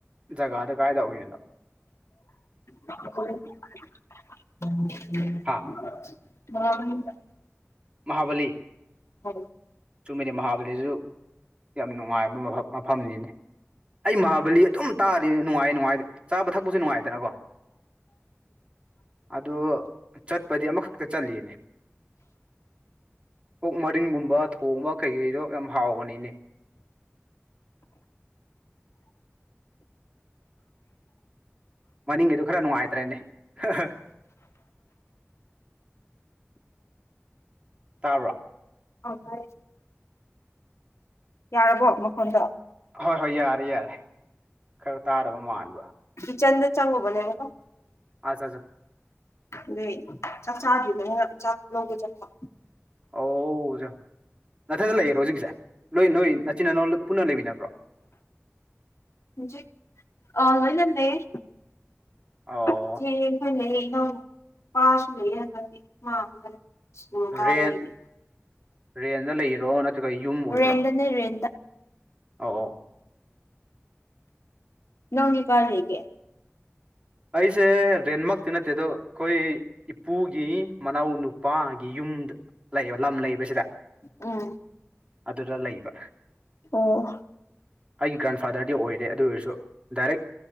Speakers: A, on the right; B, on the left.
A: ꯖꯒꯥꯗ ꯀꯥꯏꯗ ꯑꯣꯏꯔꯤꯅꯣ
B: ꯎ ꯎꯝ
A: ꯍꯥ
B: <unintelligible>
A: ꯃꯍꯥꯕꯂꯤ
B: <unintelligible>
A: ꯆꯨꯝꯃꯤꯗꯤ ꯃꯍꯥꯕꯂꯤꯁꯨ ꯌꯥꯝ ꯅꯨꯡꯉꯥꯏꯕ ꯃꯐꯝ ꯃꯐꯝꯅꯤꯅꯤ ꯑꯩ ꯃꯍꯥꯕꯂꯤ ꯑꯗꯨꯝ ꯇꯥꯔꯤ ꯅꯨꯡꯉꯥꯏ ꯅꯨꯡꯉꯥꯏ ꯆꯥꯕ ꯊꯛꯄꯁꯨ ꯅꯨꯡꯉꯥꯏꯗꯅꯀꯣ ꯑꯗꯣ ꯆꯠ ꯄꯗꯤ ꯑꯃꯈꯛꯇ ꯆꯠꯅꯤ ꯑꯣꯛ ꯃꯔꯤꯟꯒꯨꯝꯕ ꯊꯣꯡ ꯍꯣꯡꯕ ꯀꯩꯀꯔꯤꯗꯣ ꯌꯥꯝ ꯍꯥꯎꯕꯅꯤꯅꯦ ꯃꯅꯤꯡꯒꯤꯗꯨ ꯈꯔ ꯅꯨꯡꯉꯥꯏꯇ꯭ꯔꯦꯅꯦ ꯍꯥ ꯍꯥ ꯇꯥꯕ꯭ꯔꯣ
B: ꯑꯧ ꯇꯥꯢꯑꯦ ꯌꯥꯔꯕꯣ ꯃꯐꯝꯗꯣ
A: ꯍꯣꯏ ꯍꯣꯏ ꯌꯥꯔꯦ ꯌꯥꯔꯦ ꯈꯔ ꯇꯥꯗꯕ ꯃꯥꯟꯕ
B: ꯀꯤꯆꯟꯗ ꯆꯪꯉꯨꯕꯅꯦꯕꯀꯣ
A: ꯑꯥ ꯆꯥ ꯆꯥ
B: ꯑꯗꯨꯏ ꯆꯥꯛ ꯆꯥꯗ꯭ꯔꯤꯕꯅꯤꯅ ꯆꯥꯛ ꯂꯧꯒꯦ ꯆꯠꯄ
A: ꯑꯣꯖꯥ ꯅꯊꯟꯗ ꯂꯩꯌꯦꯔꯣ ꯍꯧꯖꯤꯛꯁꯦ ꯅꯣꯏ ꯅꯣꯏ ꯅꯆꯤꯟ ꯏꯅꯥꯎ ꯄꯨꯟꯅ ꯂꯩꯃꯤꯟꯅꯕ꯭ꯔꯣ
B: ꯍꯧꯖꯤꯛ ꯑ ꯂꯣꯏꯅꯥ ꯂꯩꯌꯦ
A: ꯑꯣ
B: ꯢꯆꯦ ꯑꯩꯍꯣꯏ ꯂꯩꯌꯦ ꯏꯅꯧꯄꯥꯁꯨ ꯂꯩꯌꯦ ꯍꯟꯗꯛꯇꯗꯤ ꯃ ꯑꯁꯀꯨꯜ ꯀꯥꯔ
A: ꯔꯦꯟ
B: <unintelligible>
A: ꯔꯦꯟꯗ ꯂꯩꯔꯣ ꯅꯠꯇ꯭ꯔꯒ ꯌꯨꯝ ꯑꯣꯏꯕ꯭ꯔꯣ
B: ꯔꯦꯟꯗꯅꯦ ꯔꯦꯟꯗ
A: ꯑꯧ ꯑꯧ
B: ꯅꯪꯗꯤ ꯀꯥꯢ ꯂꯩꯒꯦ
A: ꯑꯩꯁꯦ ꯔꯦꯟꯃꯛꯇꯤ ꯅꯠꯇꯦ ꯑꯗꯣ ꯑꯩꯈꯣꯏ ꯏꯄꯨꯒꯤ ꯃꯅꯥꯎ ꯅꯨꯄꯥꯒꯤ ꯌꯨꯝꯗ ꯂꯩꯕ ꯂꯝ ꯂꯩꯕꯁꯤꯗ
B: ꯎꯝ
A: ꯑꯗꯨꯗ ꯂꯩꯕ
B: ꯑꯣ
A: ꯑꯩꯒꯤ ꯒ꯭ꯔꯥꯟꯐꯥꯗꯔꯗꯤ ꯑꯣꯢꯔꯦ ꯑꯗꯨ ꯑꯣꯏꯔꯁꯨ ꯗꯥꯏꯔꯦꯛ